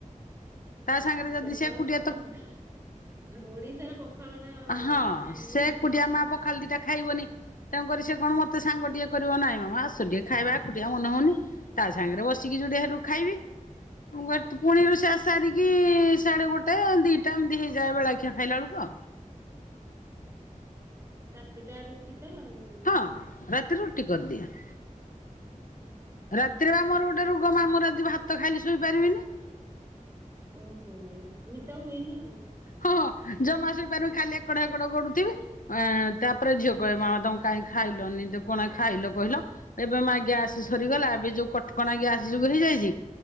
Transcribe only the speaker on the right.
ଉଁ
ପଖାଳ
ଦିବସ!
ଓଡିଶାର ପଖାଳ ଟା
ମାନେ ଇଏ
ରାତିଟା ରୁଟିତ ଆଉ!
ଓହୋ ନିଦ ହୁଏନି ଆଉ!